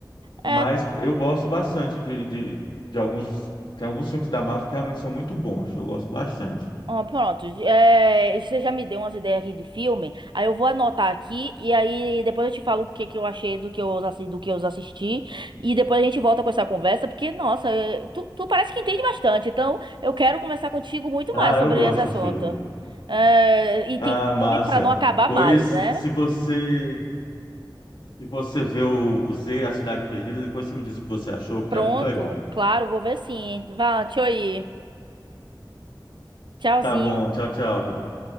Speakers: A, on the left (about 80°); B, on the right (about 75°).
A: mas
B: É,
A: eu gosto bastante de, de, de alguns. Tem alguns filmes da Marvel que realmente são muito bons, eu gosto bastante.
B: Ó, pronto, é, você já me deu umas ideias aqui de filme, aí eu vou anotar aqui e aí depois eu te falo o que, que eu achei do que eu, assi- do que eu assisti e depois a gente volta com essa conversa, porque, nossa, é, tu, tu parece que entende bastante, então eu quero conversar contigo muito
A: Ah,
B: mais sobre
A: eu gosto
B: esse assunto.
A: do filme.
B: É, e
A: Ah,
B: tem filme
A: massa.
B: pra não acabar
A: Pois,
B: mais, né?
A: se você se você vê o, o Z, A Cidade Perdida, depois você me diz o que você achou, porque
B: Pronto,
A: é muito legal.
B: claro, vou ver sim. Vá, tchau aí. Tchauzinho.
A: Tá bom, tchau, tchau.